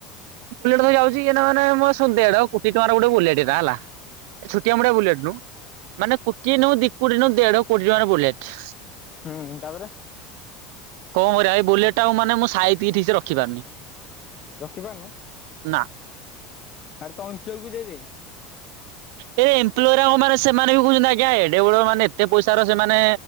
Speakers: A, on the right; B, on the left.
A: ବୁଲେଟ୍ ଧରି ଯାଉଛି। ଏଇନା ମାନେ ମ ସୁନ ଧେଢ଼ କୁଟି ଟଙ୍କାର ଗୋଟେ ବୁଲେଟଟା ହେଲା ଛୁଟିଆ ମୁଟିଆ ବୁଲେଟ୍ ନୁହୁଁ। ମାନେ କୁଟିଏ ନୁ, ଦି କୁଟି ନୁ, ଦେଢ କୋଡି ଟଙ୍କାର ବୁଲେଟ୍।
B: ହୁଁ ତା'ପରେ
A: କଣ କରିଆ? ଏଇ ବୁଲେଟ୍ ଟା ଆଉ ମାନେ ମୁଁ ସାଇତିକି ଠିକ୍ ସେ ରଖିପାରୁନି।
B: ରଖିପାନୁ?
A: ନା।
B: ଆରେ ତ ଅଂଶକୁ ଦେଇଦେ।
A: ଏ ଏମ୍ପ୍ଲୋଇରାଗ, ମାନେ ସେମାନେ ବି କହୁଛନ୍ତି ଆଜ୍ଞା, ଏଡେ ବଡ ମାନେ, ଏତେ ପଇସାର ସେମାନେ